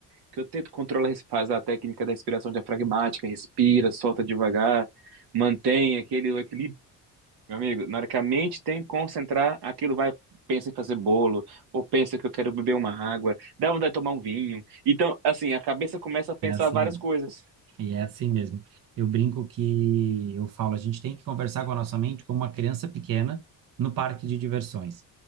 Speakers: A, on the right; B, on the right.
A: que eu tento controlar, faz a técnica da respiração diafragmática, respira, solta devagar, mantém aquele equilíbrio meu amigo, na hora que a mente tem que concentrar, aquilo vai, pensa em fazer bolo, ou pensa que eu quero beber uma água, dá vontade de tomar um vinho. Então, assim, a cabeça começa a pensar
B: É assim.
A: várias
B: mesmo.
A: coisas.
B: E é assim mesmo. Eu brinco que eu falo, a gente tem que conversar com a nossa mente como uma criança pequena no parque de diversões.